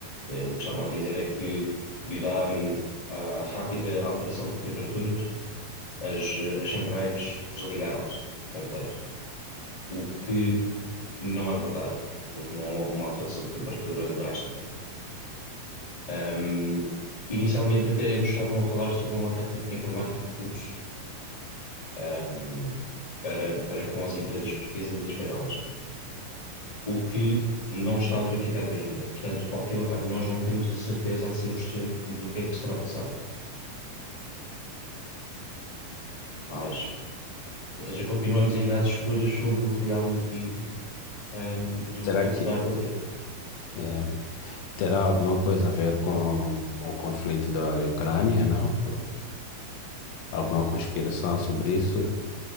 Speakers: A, on the left; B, on the left.
A: eh, o que estavam a dizer é que, devido à, hum, à rápida alteração de temperaturas, as, eh, as centrais desligaram-se completo. O que não é verdade, porque não houve uma alteração de temperatura drástica. Ahm, inicialmente, até nos estavam a falar sobre um ataque informático russo, ahm, para, para com as empresas portuguesas e espanholas, o que não está verificado ainda. Portanto, ao fim e ao cabo, nós não temos a certeza a 100% do que é que se terá passado. Mas,
B: Uau.
A: ou seja, continuamos ainda às escuras sobre o real motivo, ahm, do,
B: Será
A: do que
B: que
A: será acontecido.
B: eh, terá alguma coisa a ver com, com o conflito da Ucrânia, não? Alguma conspiração sobre isso?